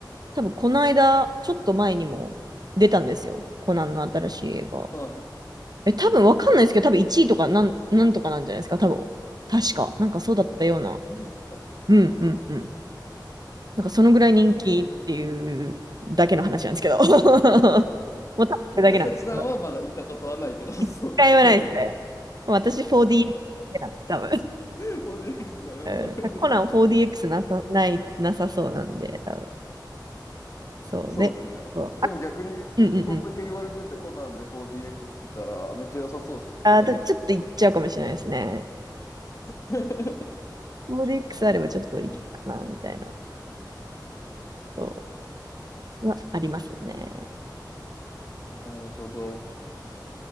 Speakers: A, on the right; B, on the left.
A: 多分この間、ちょっと前にも出たんですよ。コナンの新しい映画。
B: い。
A: え、多分わかんないですけど、多分1位とかなん、なんとかなんじゃないですか、多分。確か。なんかそうだったような。
B: あマジっすか。
A: うんうんうん。なんかそのぐらい人気っていうだけの話なんですけど。
B: へえ。
A: <laughs> もう多分それだけなんですけど。
B: え、さきさんはまだ行ったことはないってことそうで
A: 一回もないですね。私 4DX なんで、多分。
B: すもんね。<laughs> 4DX なるほど。
A: うんコナン
B: なるほど
A: 4DX なさ、ない、なさそうなんで、多分。そうで、
B: そうですね。ほでも逆に、
A: そう。あ、うんうんうん。
B: そんだけ言われてて、コナンで 4DX 来たら、めっちゃ良さそうですけどね。
A: あだちょっといっちゃうかもしれないですね。
B: <laughs>
A: 4DX あればちょっといけるかな、
B: へえ
A: みたいな。そう。はありますね。
B: なるほど。